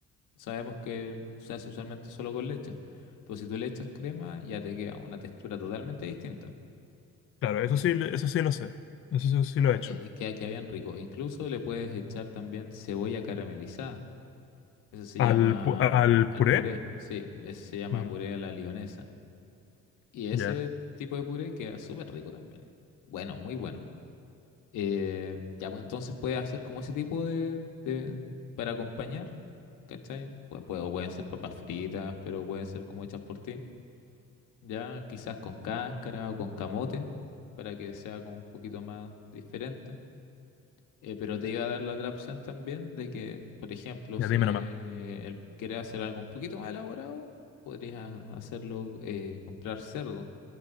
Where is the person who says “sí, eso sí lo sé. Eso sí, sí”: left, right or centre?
Left